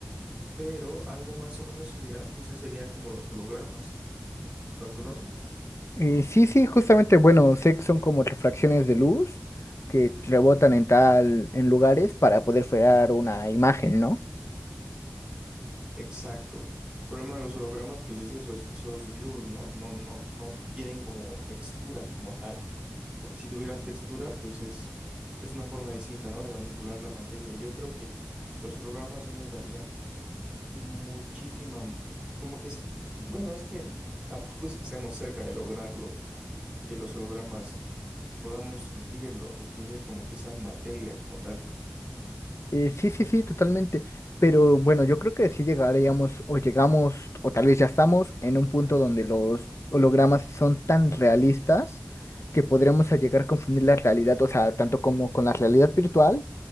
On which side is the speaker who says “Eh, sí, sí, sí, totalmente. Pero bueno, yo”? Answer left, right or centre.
Left